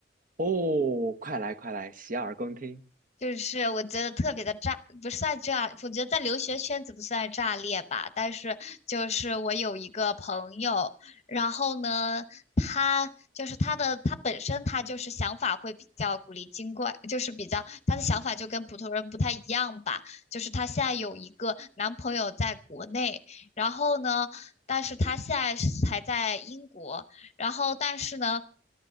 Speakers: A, on the right (about 45°); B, on the left (about 35°).
A: 哦，快来快来，洗耳恭听。
B: 就是我觉得特别的炸，不算炸，我觉得在留学圈子不算炸裂吧。但是就是我有一个朋友，然后呢，他就是他的他本身他就是想法会比较古灵精怪，就是比较他的想法就跟普通人不太一样吧。就是他现在有一个男朋友在国内，然后呢，但是他现在是还在英国，然后但是呢。